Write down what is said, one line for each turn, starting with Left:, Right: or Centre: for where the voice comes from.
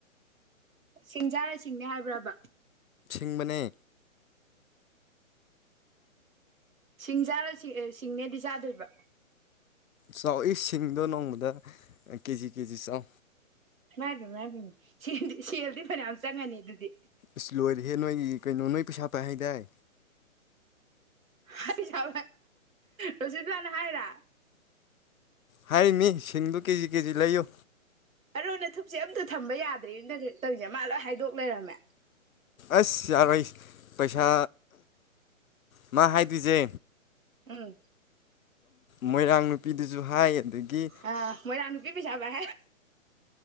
Right: ꯁꯤꯡꯖꯥꯔ ꯁꯤꯡꯅꯦ ꯍꯥꯏꯕ꯭ꯔꯕ
Left: ꯤꯡꯕꯅꯦ
Right: ꯁꯤꯡ ꯆꯥꯔ ꯁꯤꯡꯅꯦꯗꯤ ꯆꯥꯗꯣꯏꯕ
Left: ꯆꯥꯎꯏ ꯁꯤꯡꯗꯣ ꯅꯣꯡꯃꯗ ꯀꯦꯖꯤ ꯀꯦꯖꯤ ꯆꯥꯎ
Right: ꯃꯥꯗꯤ ꯃꯥ ꯑꯗꯨꯅꯦꯦꯜꯗꯤ ꯁꯦꯜꯗꯤ ꯐꯅꯌꯥꯝ ꯆꯪꯉꯅꯤ ꯑꯗꯨꯗꯤ
Left: ꯑꯁ ꯂꯣꯏꯔꯍꯦ ꯅꯣꯏꯒꯤ ꯀꯩꯅꯣ ꯅꯣꯏ ꯄꯩꯁꯥ ꯄꯥꯏ ꯍꯥꯏꯗꯥꯏ
Right: ꯍꯥꯏꯕ ꯔꯣꯁꯤꯗꯂꯅ ꯍꯥꯏꯔ
Left: ꯍꯥꯏꯔꯤꯅꯤ ꯁꯤꯟꯗꯨ ꯀꯦꯖꯤ ꯀꯦꯖꯤ ꯂꯩꯌꯨ
Right: ꯑꯔꯣꯅ ꯊꯨꯞꯁꯦ ꯑꯝꯇ ꯊꯝꯕ ꯌꯥꯗ꯭ꯔꯦꯅ ꯇꯧꯔꯤꯁꯦ ꯃꯥ ꯂꯣꯏ ꯍꯥꯏꯗꯣꯛ ꯂꯩꯔꯝꯃꯦ
Left: ꯑꯁ ꯌꯥꯔꯣꯏ ꯄꯩꯁꯥ ꯃꯥ ꯍꯥꯏꯗꯣꯏꯁꯦ
Right: ꯎꯝ
Left: ꯃꯣꯏꯔꯥꯡ ꯅꯨꯄꯤꯗꯨ ꯨ ꯍꯥꯏ ꯑꯗꯒꯤ
Right: ꯑꯥ ꯃꯣꯏꯔꯥꯡ ꯅꯨꯄꯤ ꯄꯩꯁꯥ ꯄꯥꯏ ꯍꯥꯏ